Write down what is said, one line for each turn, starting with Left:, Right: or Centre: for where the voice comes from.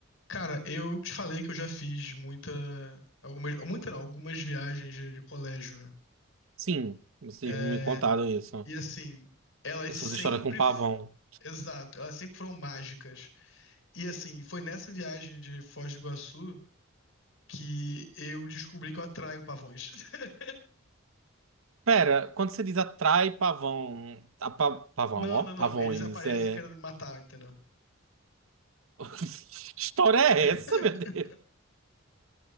Left: Cara, eu te falei que eu já fiz muita, algumas, muita não, algumas viagens de, de colégio, né?
Right: Sim, vocês
Left: É,
Right: me contaram isso.
Left: e assim, elas
Right: Essas
Left: sempre,
Right: histórias com pavão.
Left: f- exato, elas sempre foram mágicas. E assim, foi nessa viagem de Foz do Iguaçu que eu descobri que eu atraio pavões. <laughs>
Right: Pera, quando você diz atrai pavão. A pa- pavão,
Left: Não,
Right: ó.
Left: não, não,
Right: Pavões,
Left: eles aparecem
Right: é.
Left: querendo me matar, entendeu?
Right: <laughs> Que história é
Left: <laughs>
Right: essa, meu Deus?